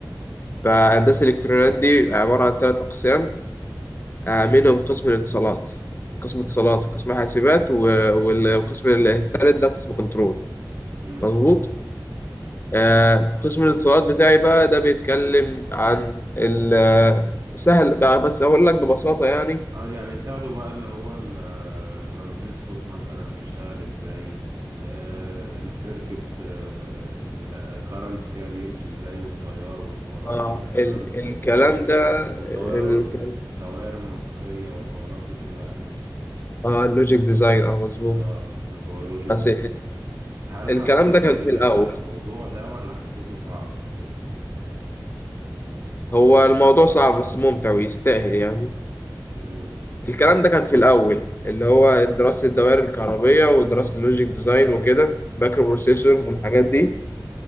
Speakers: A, on the left; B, on the right.
A: فهندسة الإلكترونيات دي عبارة عن ثلاث أقسام آه، منهم قسم الاتصالات قسم اتصالات وقسم حاسبات و- وال- والقسم الثالث ده قسم كنترول
B: امم
A: مظبوط آه، قسم الاتصالات بتاعي بقى ده بيتكلم عن ال- آه، سهل بقى بس أقول لك ببساطة يعني
B: اه يعني بتاخده بقى اللي هو الترانزستور مثلا بيشتغل ازاي آه السيركتس آه، الكارنت فيها بيمشي ازاي والتيار والحوارات
A: اه
B: دي والكلام
A: ال
B: ده كله
A: الكلام ده
B: والدوائر
A: ال
B: الدوائر المنطقية والحوارات دي كلها يعني
A: اه اللوجيك ديزاين اه مظبوط
B: اه اللي هو لوجيك
A: بس
B: ده هل
A: الكلام
B: حبيت
A: ده كان
B: الموضوع
A: في الأول
B: ده ولا حسيته صعب؟
A: هو الموضوع صعب بس ممتع ويستاهل يعني
B: مم.
A: الكلام ده كان في الأول اللي هو دراسة الدوائر الكهربية ودراسة اللوجيك ديزاين وكده مايكرو بروسيسورز والحاجات دي